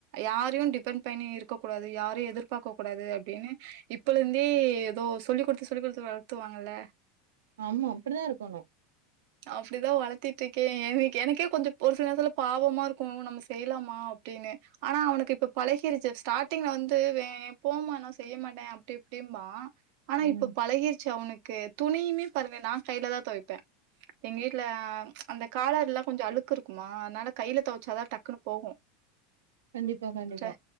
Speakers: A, on the right (about 65°); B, on the right (about 90°).
A: யாரையும் டிபெண்ட் பண்ணி இருக்க கூடாது யாரையும் எதிர்பார்க்க கூடாது அப்டின்னு இப்பல இருந்தே ஏதோ சொல்லிக் குடுத்து சொல்லி் குடுத்து வளத்துவாங்கல்ல
B: ஆமா அப்டிதா இருக்கணும்
A: அப்டிதான் வளத்திட்டிருக்கேன் என் எனக்கே கொஞ்சம் ஒரு சில நேரத்துல பாவமா இருக்கும் நம்ம செய்யலாமா அப்டின்னு ஆனா அவனுக்கு இப்ப பழகிருச்சு ஸ்டார்ட்டிங்ல வந்து வே போமா நா செய்ய மாட்டேன் அப்டி இப்டிம்பா ஆனா
B: ம்.
A: இப்ப பழகிற்ச்சு அவனுக்கு கு துணியுமே பாருமே நான் கையில தான் துவைப்பேன் எங்க வீட்ல ச் அந்த காலர்ல்லாம் கொஞ்சம் அழுக்கு இருக்குமா அதுனால கைல துவச்சாதான் டக்குன்னு போகும்
B: கண்டிப்பா கண்டிப்பா
A: ச்ச